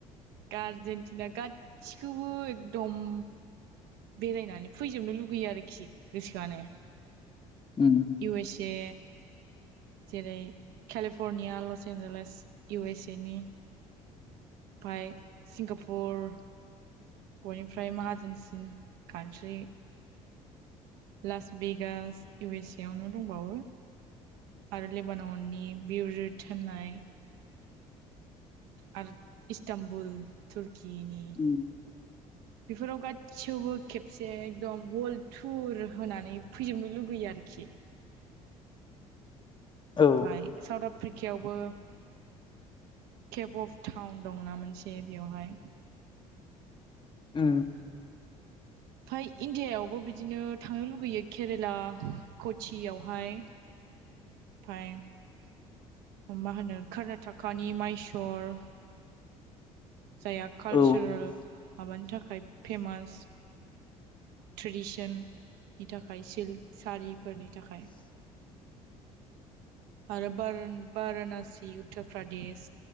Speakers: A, on the right; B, on the left.
A: गार्जेनटिना गासिखौबो एकदम बेरायनानै फैजोबनो लुगैयो आरोखि गोसोआनो
B: उ
A: इउ एस ए जेरै केलिफरनिया लस एनजेलेस इउ एस ए नि ओमफ्राय सिंगापुर बयनिफ्राय माहाजोनसिन खान्थि Las Vegas U S A आवनो दंबावो आरो लेबान'नि बिर ज थोननाय आरो इस्तानबुल थुरकिनि
B: उम
A: बेफोराव गाैयावबो खेबसे एकदम वर्ल्ड टुर होनानै फैजोबनो लुगैयो आरोखि ओमफाय
B: औ
A: साउथ आफ्रिकायावबो केप अफ टाउन दंना मोनसे बेवहाय
B: उ
A: <inaudible> ओमाय इण्डियायावबो बिदिनो थांनो लुुबैयो केरेला कचियावहाय फाइम मा होनो कर्नाटकानि माइसर जायहा कालसारेल
B: औ
A: माबानि थाखाय फेमास ट्रेडिसननि थाखाय सिल्क सारिफोरनि थाखाय आरो बारानसि उत्तर प्रदेश